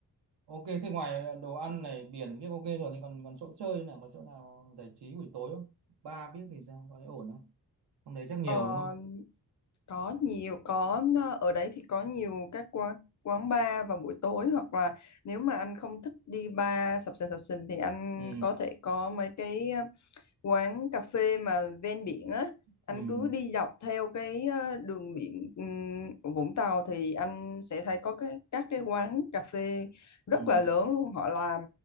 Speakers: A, on the right; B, on the left.
A: Ok, thế ngoài đồ ăn này, biển biết ok rồi thì còn còn chỗ chơi nào, có chỗ nào giải trí buổi tối không? Ba biết thì sao, có thấy ổn không? Hôm đấy chắc nhiều
B: Ờ,
A: đúng không?
B: có nhiều có ờ, ở đấy thì có nhiều các quán quán bar vào buổi tối hoặc là nếu mà anh không thích đi bar sập sình sập sình thì anh
A: Ừ,
B: có thể có mấy cái quán cà phê mà ven biển á anh
A: ừ,
B: cứ đi dọc theo cái ờ, đường biển ừm, của Vũng Tàu thì anh sẽ thấy có cái các cái quán cà phê rất
A: ừ,
B: là lớn luôn họ làm